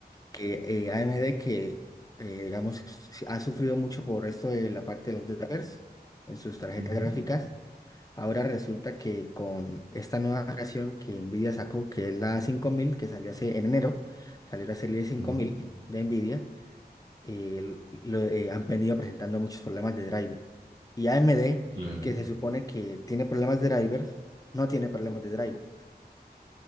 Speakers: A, on the left; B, on the right.
A: Que eh, A M D que eh, digamos, s- ha sufrido mucho por esto de la parte de los drivers en sus tarjetas
B: Ujú.
A: gráficas, Ahora resulta que con esta nueva generación que Nvidia sacó, que es la 5000, que salió hace en enero, salió la serie 5000
B: Ajá,
A: de Nvidia, eh, lo, eh, han venido presentando muchos problemas de driver. Y AMD,
B: claro.
A: que se supone que tiene problemas de drivers, no tiene problemas de driver.